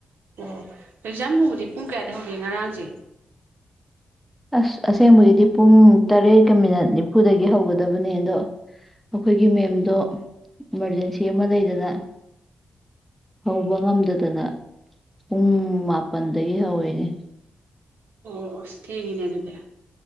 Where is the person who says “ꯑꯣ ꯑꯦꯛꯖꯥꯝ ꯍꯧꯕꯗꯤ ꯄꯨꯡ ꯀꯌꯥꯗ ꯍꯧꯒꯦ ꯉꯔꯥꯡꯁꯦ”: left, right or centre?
Right